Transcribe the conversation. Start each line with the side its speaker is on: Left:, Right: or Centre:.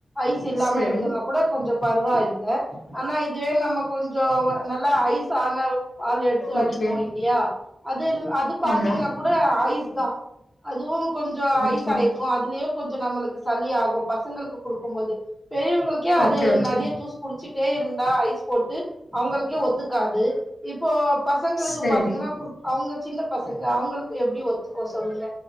Centre: ஐஸ் இல்லாம
Left: சரி
Centre: எடுத்தோன்னாக் கூட கொஞ்சொ பருவா இல்ல ஆனா இதுவே நம்ம கொஞ்சொ நல்லா ஐஸ் ஆன பால் எடுத்து
Left: ஓகே
Centre: அடிப்போ இல்லியா அது இல் அது பாத்தீங்கன்னா
Left: ஆமா
Centre: கூட ஐஸ் தா அதுவு கொஞ்சொ
Left: ஓகே
Centre: ஐஸ் இருக்கு அதுலயு கொஞ்சொ நம்மளுக்கு சளி ஆகும் பசங்களுக்கு குடுக்கும் போது பெரியவங்களுக் கே அது
Left: ஓகே ஓகே
Centre: நறைய ஜூஸ் குடிச்சிட்டே இருந்தா ஐஸ் போட்டு அவுங்களுக்கே ஒத்துக்காது இப்போ பசங்களுக்கு
Left: சரி
Centre: பாத்தீங்கன்னா கு அவுங்க சின்ன பசங்க அவங்களுக்கு எப்டி ஒத்துக்கு சொல்லுங்க